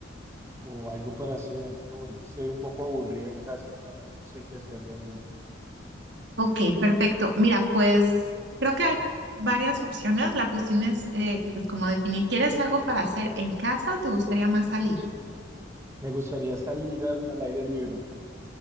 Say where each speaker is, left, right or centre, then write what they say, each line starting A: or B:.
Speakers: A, on the right (about 15°); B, on the right (about 65°).
A: o algo para hacer. En este momento estoy un poco aburrido en casa y no, no sé qué hacer realmente.
B: Ok, perfecto. Mira, pues creo que hay varias opciones. La cuestión es eh, pues como definir, ¿quieres algo para hacer en casa o te gustaría más salir?
A: Me gustaría salir al, al aire libre.